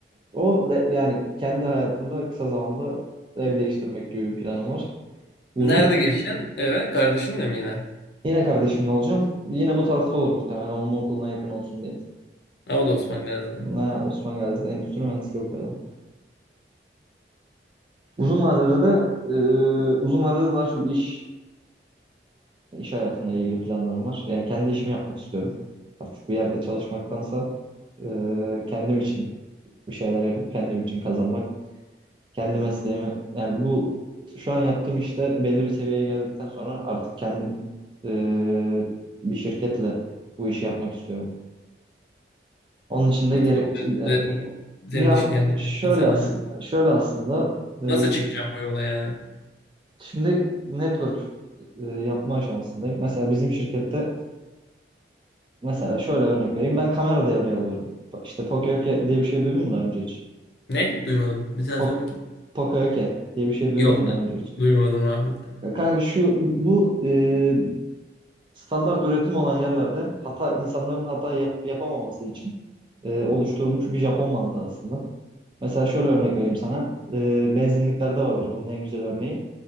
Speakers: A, on the right; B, on the left.
A: O de- yani kendi hayatımda kısa zamanda ev değiştirmek gibi bir planım var. Uzun
B: Nerede geçeceksin eve? Kardeşinle mi yine?
A: yine kardeşimle olacağım. Yine bu tarafta olur muhtemelen onun okuluna yakın olsun diye.
B: Ha, o da Osman Gazi'de.
A: Ha, Osman Gazi'de endüstri mühendisliği okuyor Uzun vadede de e, uzun vadede daha çok iş iş hayatımla ilgili planlarım var. Yani kendi işimi yapmak istiyorum. Artık bir yerde çalışmaktansa e, kendim için bir şeyler yapıp kendim için kazanmak, kendi mesleğimi yani bu şu an yaptığım işte belli bir seviyeye geldikten sonra artık kendim e, bir şirketle bu işi yapmak istiyorum. Onun için de
B: Nasıl
A: gerek
B: oluyor
A: e,
B: size bu senin
A: ya
B: işi kendin
A: şöyle
B: yaptığın senaryo?
A: aslında şöyle aslında e,
B: Nasıl çıkacağım bu yola yani?
A: Şimdi network e, yapma aşamasındayım. Mesela bizim şirkette mesela şöyle örnek vereyim. Ben kamera devreye alıyorum. Po- İşte Pocoyoke diye bir şey duydun mu daha önce hiç?
B: Ne? Duymadım. Bir daha
A: Pok
B: söyle bakayım.
A: Pocoyoke diye bir şey duydun
B: Yok.
A: mu daha
B: du-
A: önce hiç?
B: Duymadım abi.
A: Ya Kanka şu bu e, standart üretim olan yerlerde hata insanların hata yap- yapamaması için e, oluşturulmuş bir Japon mantığı aslında. Mesela şöyle örnek vereyim sana. E, benzinliklerde vardır bunun en güzel örneği.